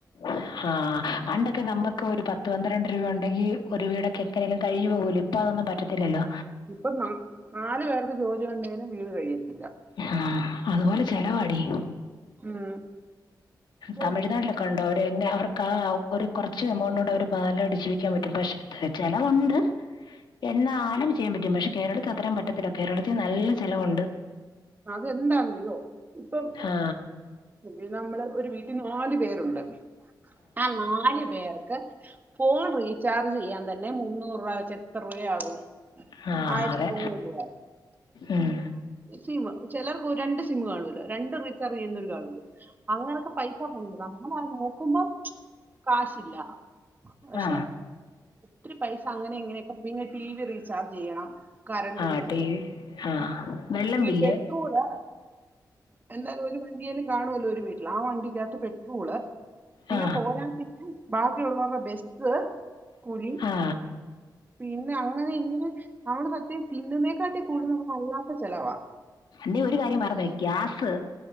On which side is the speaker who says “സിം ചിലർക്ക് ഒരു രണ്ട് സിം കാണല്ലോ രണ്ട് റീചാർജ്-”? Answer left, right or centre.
Right